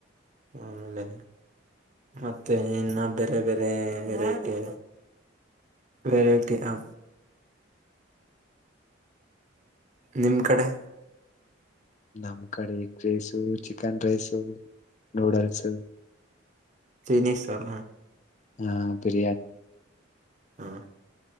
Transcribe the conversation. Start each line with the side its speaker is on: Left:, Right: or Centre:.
Right: ಆಮೇಲೆ ಮತ್ತೆ ಇನ್ನ ಬೇರೆ ಬೇರೆ ವೆರೈಟಿ ವೆರೈಟಿ ಹಾ ನಿಮ್ ಕಡೆ
Left: ನಮ್ಮ್ ಕಡೆ egg rice, chicken rice noodles
Right: Chinese ಅವ್ರ
Left: ಹಾ ಬಿರಿಯಾನಿ
Right: ಹಾ